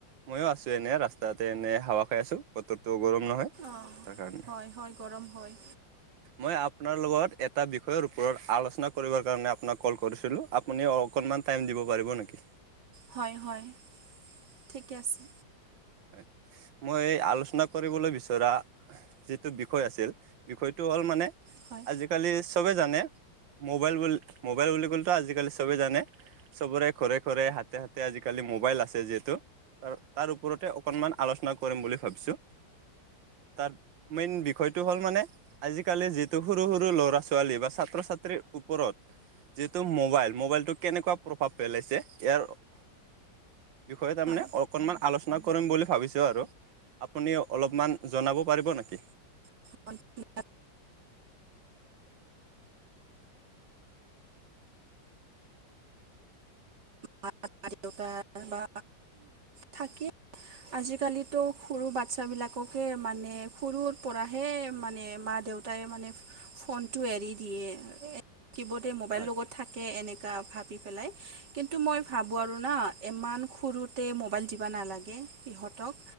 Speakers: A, on the right; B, on the right.
A: ময়ো আছো এনে ৰাস্তাতে এনে হাৱা খাই আছো বতৰটো গৰম নহয়।
B: অঁ
A: তাৰ কাৰণে
B: হয় হয় গৰম হয়।
A: মই আপোনাৰ লগত এটা বিষয়ৰ ওপৰত আলোচনা কৰিবৰ কাৰণে আপোনাক কল কৰিছিলোঁ। আপুনি অকনমান টাইম দিব পাৰিব নেকি?
B: হয় হয় ঠিকে আছে।
A: হয় মই এই আলোচনা কৰিবলৈ বিচৰা যিটো বিষয় আছিল বিষয়টো হ'ল মানে
B: হয়
A: আজিকালি চবে জানে, মোবাইল বুলি মোবাইল বুলি ক'লেতো আজিকালি চবেই জানে। চবৰে ঘৰে ঘৰে, হাতে হাতে আজিকালি মোবাইল আছে যিহেতু, তাৰ তাৰ ও ওপৰতে অকনমান আলোচনা কৰিম বুলি ভাবিছো, তাত মেইন বিষয়টো হ'ল মানে আজিকালি যিহেতু সৰু সৰু ল'ৰা ছোৱালী বা ছাত্ৰ ছাত্ৰীৰ ওপৰত যিহেতু মোবাইল, মোবাইলটো কেনেকুৱা প্ৰভাৱ পেলাইছে ইয়াৰ বিষয়ে তাৰমানে
B: হয়
A: অকণমান আলোচ না কৰিম বুলি ভাবিছোঁ আৰু আপুনি অলপমান জনাব পাৰিব নেকি?
B: <unintelligible> <unintelligible> <unintelligible> মা দেউতাৰ বা থাকে। আজিকালিতো সৰু বাচ্ছাবিলাককে মানে সৰুৰ পৰা। সেই মানে মা দেউতাই মানে ফনটো এৰি দিয়ে আৰু এ শিৱদে মোবাইল
A: হয়
B: লগত থাকে এনেকা ভাবি পেলাই কিন্তু মই ভাবোঁ আৰু না ইমান সৰুত তে মোবাইল দিবা নালাগে ইহঁতক